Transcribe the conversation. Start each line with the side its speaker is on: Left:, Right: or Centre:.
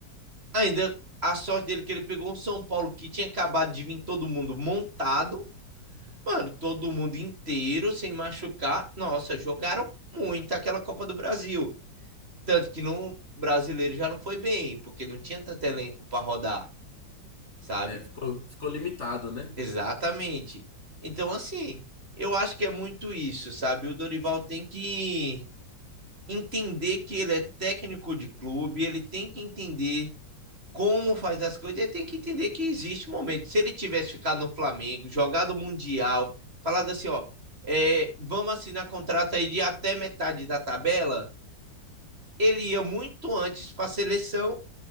Right: ainda a sorte dele é que ele pegou um São Paulo que tinha acabado de vir todo mundo montado Mano, todo mundo inteiro, sem machucar. Nossa, jogaram muito aquela Copa do Brasil. Tanto que no brasileiro já não foi bem, porque não tinha tanto elenco para rodar, sabe?
Left: É, ficou, ficou limitado, né?
Right: Exatamente. Então, assim, eu acho que é muito isso, sabe? O Dorival tem que entender que ele é técnico de clube, ele tem que entender como faz as coisas, ele tem que entender que existe um momento. Se ele tivesse ficado no Flamengo, jogado o Mundial, falado assim, ó, é, vamos assinar contrato aí de até metade da tabela, ele ia muito antes para a seleção